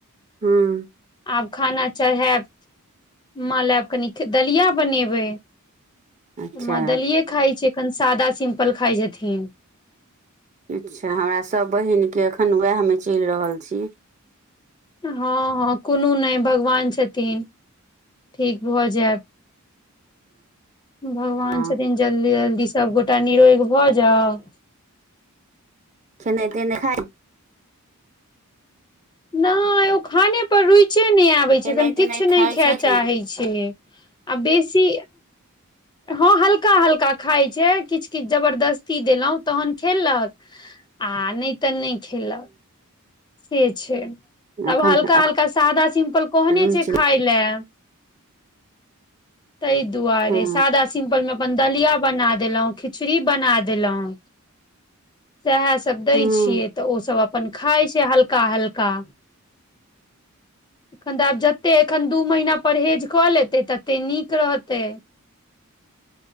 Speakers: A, on the right (about 35°); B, on the left (about 20°).
A: हँ
B: आब खाना चढैयब माँ लय आब कनि दलिया बनेबै
A: अच्छा
B: माँ दलिये खााय छै एखन सादा सिम्पल खााय छथिन
A: अच्छा हमरा सभ बहिनके एखन ओहमे चलि रहल छि
B: हँ हँ कोनो नहि भगवान छथिन ठीक भऽ जायत भगवान
A: हँ
B: छथिन जल्दी जल्दी सभगोटा निरोग भऽ जाउ
A: खेना तेने नहि खाय
B: नय ओ खाने पर रुचे नहि आबे
A: खेनाइ
B: छै एखन
A: तेनाइ
B: किछु नहि
A: खाइ
B: खाय
A: छथि
B: चाहे
A: ने
B: छै बैसी हलका हल्का खाय छै कि जबरदस्ती देलौं तहन खेललक आ नहि तऽ नहि खेलक से छै तब
A: एखन
B: हल्का
A: एखन
B: हल्का सादा सिम्पल कहने
A: रुचि
B: छै खााय लय तय दुआरे
A: हँ
B: सादा सिम्पल मे अपन दलिया बना देलहुं खिचड़ी बना देलहुं सेहे सभ दै
A: हँ
B: छियै तऽ ओसभ अपन खाइ छै हल्का हल्का एखन तऽ आब जते एखन दू महीना परहेज कऽ लेते तत्ते निक रहतै